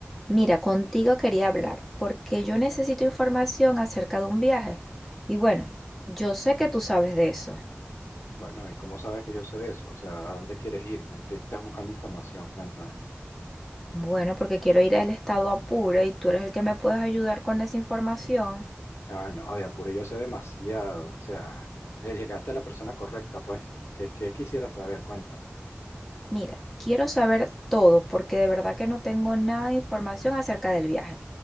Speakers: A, in the centre; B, on the left.
A: Mira, contigo quería hablar porque yo necesito información acerca de un viaje. Y bueno, yo sé que tú sabes de eso.
B: Bueno, ¿y cómo sabes que yo sé de eso? O sea, ¿a dónde quieres ir? ¿Qué, qué estás buscando información? Cuéntame.
A: Bueno, porque quiero ir al estado Apure y tú eres el que me puedes ayudar con esa información.
B: Ah, no, de Apure yo sé demasiado. O sea, eh, llegaste a la persona correcta, pues. ¿Qué, qué quisieras saber? Cuéntame.
A: Mira, quiero saber todo porque de verdad que no tengo nada de información acerca del viaje.